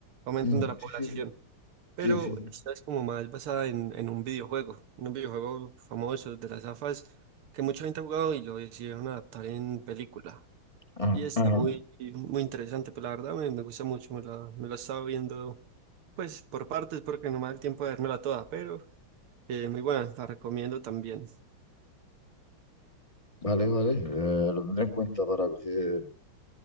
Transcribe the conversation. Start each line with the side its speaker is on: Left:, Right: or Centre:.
Right: va aumentando
Left: Mm,
Right: la
Left: sí,
Right: población.
Left: sí, sí.
Right: pero
Left: Sí, sí, sí.
Right: esta es como más basada en, en un videojuego, un videojuego famoso de las AFAS que mucha gente ha jugado y lo decidieron adaptar en película.
Left: Ah,
Right: Y está
Left: ajá.
Right: muy, muy interesante, pero la verdad me, me gusta mucho, me la, me la estaba viendo pues por partes porque no me da el tiempo de vérmela toda, pero eh, muy buena, la recomiendo también.
Left: Vale, vale. eh, lo tendré en cuenta para coger